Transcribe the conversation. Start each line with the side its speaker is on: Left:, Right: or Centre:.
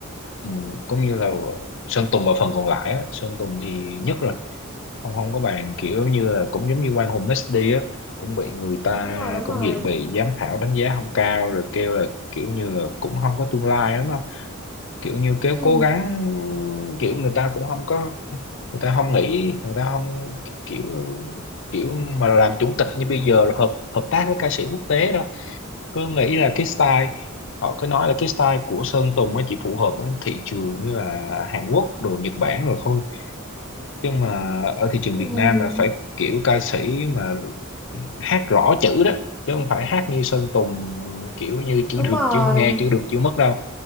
Left: ừ, cũng như là Sơn Tùng ở phần còn lại á, Sơn Tùng thì nhất rồi không không có bàn kiểu như là cũng giống như Quang Hùng messi á cũng bị người ta
Centre: Đúng rồi, đúng
Left: cũng
Centre: rồi.
Left: bị bị giám khảo đánh giá không cao rồi kêu là kiểu như là cũng không có tương lai lắm kiểu như kéo
Centre: Ừ,
Left: cố gắng kiểu người ta cũng không có người ta không nghĩ người ta không kiểu kiểu mà làm chủ tịch như bây giờ rồi hợp hợp tác với ca sĩ quốc tế đâu cứ nghĩ là cái style họ cứ nói là cái style của Sơn Tùng nó chỉ phù hợp với thị trường như là Hàn Quốc đồ Nhật Bản rồi thôi nhưng mà ở thị trường
Centre: ừ,
Left: Việt Nam là phải kiểu ca sĩ mà hát rõ chữ đó chứ không phải hát như Sơn Tùng kiểu như chữ
Centre: đúng
Left: được
Centre: rồi.
Left: chữ nghe chữ được chữ mất đâu